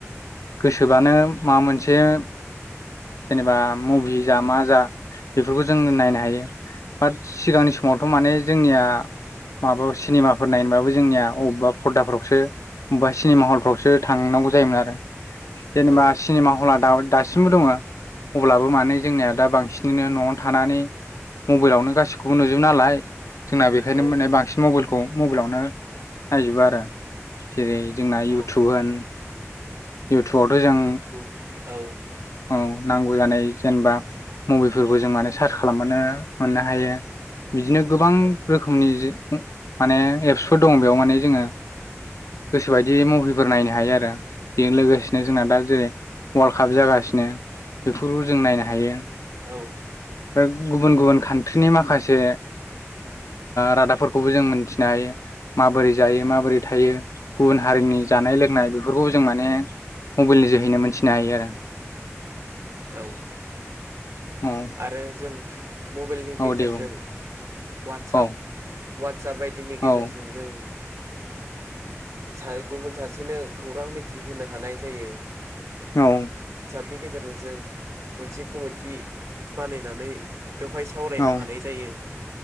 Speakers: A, on the left (about 85°); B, on the right (about 70°).
A: गोसोबानो माबा मोनसे जेनेबा मुभि जा मा जा बेफोरखौ जों नायनो हायो। बाट सिगांनि समावथ' माने जोंनिया माबा सिनेमाफोर नायनोबाबो जोंनिया अबेबा खर्दाफ्रावसो अबेबा सिनेमा हलफ्रावसो थांनांगौ जायोमोन आरो जेनेबा
B: औ
A: सिनेमा हला द दासिमबो दङ अब्लाबो माने जोंनिया दा बांसिनैनो न'आवनो थानानै मबाइलावनो गासिखौबो नुजोबो नालाय जोंना बेखायनो
B: औ
A: माने बांसिन मबाइलखौ मबाइलावनो नायजोबो आरो जेरै जोंना इउटुब
B: औ
A: होन इउटुबावथ' जों
B: इउटुब औ
A: औ नांगौ जानाय जेनेबा मबाइलफोरखौ जों माने सार्च खालामबानो मोननो हायो। बिदिनो गोबां
B: औ
A: रोखोमनि माने एप्सफोर दं बेयाव माने जोङो गोसोबायदि मुभिफोर नायनो हायो आरो बेजों लोगोसेनो
B: औ
A: जोंना दा जेरै अवाल्ड काप जागासिनो बेफोरखौबो जों नायनो हायो।
B: औ
A: ओमफ्राय गुबुन गुबुन खान्ट्रिनि माखासे रादाबफोरखौबो जों मोनथिनो हायो माबोरै जायो माबोरै थायो गुबुन हारिनि जानाय लोंनाय बेफोरखौ जों माने मबाइल नि जोहैनो मोनथिनो हायो आरो
B: औ
A: औ
B: आरो जों मबाइलनि गेजेरजों
A: औ दे बुं
B: अवाटसएप
A: औ
B: अवाटसएप बायदिनि गेजेरजों
A: औ
B: जों सा गुबुन सासेनो खौरां मिथिहोनो हानाय जायो
A: औ
B: नि गेजेरजों जों मोनसे कमिटि बानायनानै बेवहाय सावरायनो
A: औ
B: हानाय जायो